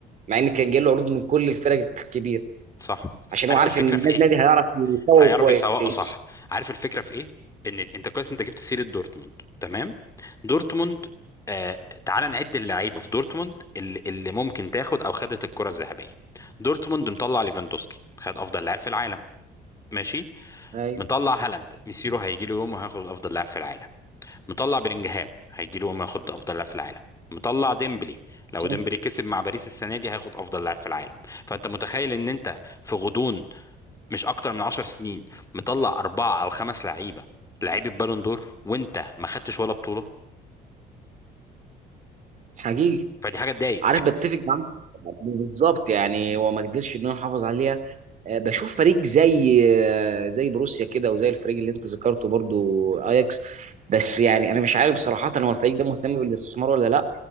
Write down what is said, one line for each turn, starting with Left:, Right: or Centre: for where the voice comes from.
Right: مع ان كان جاي له عروض من كل الفرق الكبيره
Left: صح
Right: عشان هو
Left: عارف
Right: عارف
Left: الفكره
Right: ان النادي
Left: في ايه
Right: نادي هيعرف يسوق
Left: هيعرف
Right: كويس
Left: يسوقه صح عارف الفكره في ايه ان انت كويس انت جبت سيره دورتموند تمام دورتموند آه تعال نعد اللعيبه في دورتموند اللي, اللي ممكن تاخد او خدت الكره الذهبيه دورتموند مطلع ليفاندوسكي خد افضل لاعب في العالم ماشي
Right: ايوه
Left: مطلع هالاند ميسيرو هيجي له يوم وهياخد افضل لاعب في العالم مطلع بلينجهام هيجي له ياخد افضل لاعب في العالم مطلع ديمبلي لو
Right: صح.
Left: ديمبلي كسب مع باريس السنه دي هياخد افضل لاعب في العالم فانت متخيل ان انت في غضون مش اكتر من 10 سنين مطلع اربعه او خمس لعيبه لعيبه بالون دور وانت ما خدتش ولا بطوله
Right: حقيقي
Left: فدي حاجه تضايق
Right: عارف بتفق معاك بالظبط يعني هو ما قدرش ان هو يحافظ عليه آه، بشوف فريق زي آه، زي بروسيا كده وزي الفريق اللي انت ذكرته برضو اياكس بس يعني انا مش عارف بصراحه هو الفريق ده مهتم بالاستثمار ولا لا